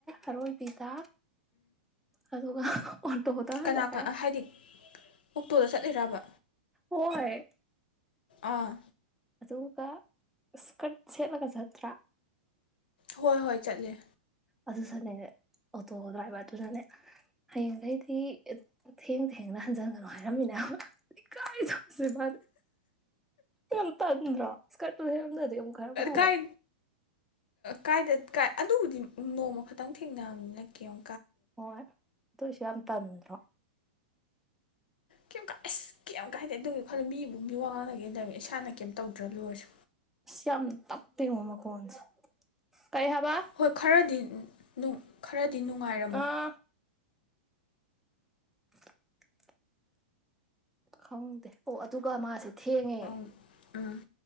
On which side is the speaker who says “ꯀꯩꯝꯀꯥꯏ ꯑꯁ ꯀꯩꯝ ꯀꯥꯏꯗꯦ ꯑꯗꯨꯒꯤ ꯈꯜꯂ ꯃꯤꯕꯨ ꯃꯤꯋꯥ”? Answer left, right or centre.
Left